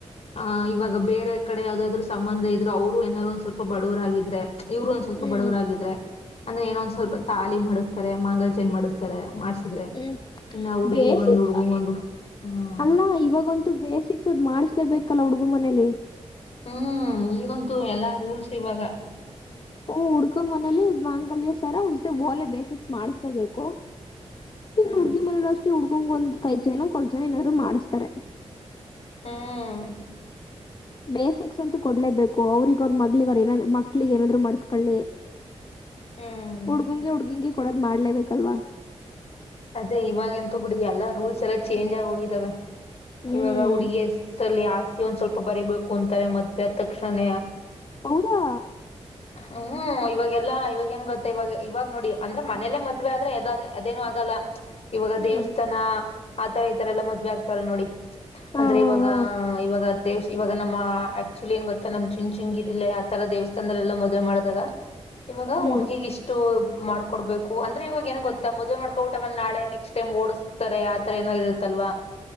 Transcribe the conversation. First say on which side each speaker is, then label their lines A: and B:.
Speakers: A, on the left; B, on the left.
A: ಆ ಇವಾಗ ಬೇರೆ ಕಡೆ ಯಾವ್ದಾದ್ರು ಸಂಬಂಧ ಇದ್ರು ಅವರು ಏನಾದಾರರು ಒಂದ್ ಸ್ವಲ್ಪ ಸ್ವಲ್ಪ ಬಡವರಾಗಿದ್ರೆ ಇವ್ರು ಒಂದ್ ಸ್ವಲ್ಪ
B: ಹ್ಮ್
A: ಬಡವರಾಗಿದ್ರೆ ಅಂದ್ರ ಏನೊಂದ ಸ್ವಲ್ಪ ತಾಲಿ ಮಾಡಿ ತಾರೆ ಮಾಂಗಾಲಚೆ್ನ ಮಾಡಿಸ್ತಾರೆ ಮಾಡ್ಸಿದ್ರೆ
B: ಹ್ಮ್
A: ಇನ್ನ ಹುಡ್ಗಿಗ್
B: ಬೇಸಿಕ್
A: ಒಂದು ಹುಡ್ಗಂಗೊಂದು ಹ್ಮ್
B: ಅಲ್ಲ ಇವಾಗಂತು ಬೇಸಿಕ್ಸ್ದು್ ಮಾಡ್ ಬೇಕಲ್ಲ ಹುಡುಗು ಮನಲಿ
A: ಹ್ಮ್ ಈಗಂತೂ ಎಲ್ಲಾ ರೂಲ್ಸ್ ಇವಾಗ
B: ಹ ಹುಡ್ಕ್ ಮನೇಲಿ ಮಾಂಗಲ್ಯ ಸರ ಒಂದ್ ಸ್ವಲ್ಪ ಜೊತೆ ಓಲೆ ಬೇಸಿಕ್ಸ್ ಮಾಡಸ್ಲೇಬೇಕು ಇನ್
A: ಹ್ಮ್
B: ಹುಡ್ಗಿ ಮನ ಅಷ್ಟೇ ಹುಡ್ಕಂಗ ಒಂದ್ ಕೈ ಜನ ಕೊಳಚನ ಏನಾದ್ರು ಮಾಡಿಸಸ್ತಾರೆ
A: ಹ್ಮ್
B: ಬೇಸಿಕ್ಸ್ ಅಂತೂ ಕೊಡ್ಲೇಬೇಕು ಅವ್ರಗ ಅವ್ರ ಮಗ್ಳಗ ಅವ್ ಏನಾದ್ ಮಕ್ಳಿಗೆ ಏನಾದ್ರು ಮಾಡಸ್ಕೊಳ್ಳಿ
A: ಹ್ಮ್
B: ಹುಡ್ಗುಂಗೆ ಹುಡ್ಗಿಂಗೆ ಕೊಡೋದ್ ಮಾಡ್ಲೇಬೇಕಲ್ವಾ
A: ಅದೇ ಇವಾಗ ಎಂತೂ ಬಿಡಿ ಎಲ್ಲಾ ರೂಲ್ಸ್ ಎಲ್ಲ ಚೇಂಜ್ ಆಗಿ ಹೋಗಿದಾವ
B: ಹ್ಮ್
A: ಇವಾಗ ಹುಡುಗಿ ಸಲ್ಲಿ ಆ ಒಂದ್ ಸ್ವಲ್ಪ ಬರಿಬೇಕು ಅಂತಾರೆ ಮದ್ವೆೆ ತಕ್ಷಣ
B: ಹೌದಾ
A: ಹ್ಮ್ ಇವಾಗೆಲ್ಲಾ ಇವಾಗೇಏನ್ ಗೊತ್ತ ಇವಾಗ ಇವಾಗ ನೋಡಿ ಅಂದ್ರ ಮನೇಲೆ ಮದ್ವೆ ಆದ್ರೆ ಅದದೇ ಅದೇನು ಆಗಲ್ಲ ಇವಾಗ
B: ಹ್ಮ್
A: ದೇವಸ್ಥಾನ ಆತರ ಈ ತರ ಎಲ್ಲ ಮದ್ೆ ಆಗ್ತಾರೆ ನೋಡಿ
B: ಹಾ
A: ಅಂದ್ರೆ ಇವಾಗ
B: ಹಾ
A: ಇವಾಗ ದೇವಸ್ ಇವ ನಮ್ಮ ಆಕ್ಚುಲಿ ಏನ್ ಗೊತ್ತ ನಮ್ ಚುನ್ಚಿಂಗಿರಿ ಇಲ್ಲಿ ಆ ತರ ದೇವಸ್ಥಾನದಲ್ಲಿ ಎಲ್ಲ ಮದುವೆ ಮಾಡಿದಾಗ ಇವಾಗ
B: ಹ್ಮ್
A: ಹುಡುಗಿಗ್ ಇಷ್ಟು ಮಾಡ್ಕೊಡ್ಬೇಕು ಅಂದ್ರೆ ಇವಾಗ ಏನ ಗೊತ್ತಾ ಮದ್ವೆ ಮಾಡ್ಕ <unintelligible> ನಾಳೆ ನೆಕ್ಸ್ಟ್ ಟೈಮ್ ತರ ಯಾವತರ ಏನ ಇ ತಲ್ವಾ